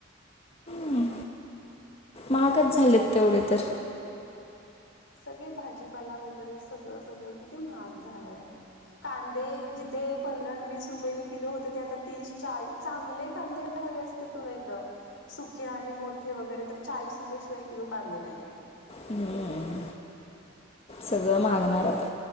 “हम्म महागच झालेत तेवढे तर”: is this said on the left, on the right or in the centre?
Left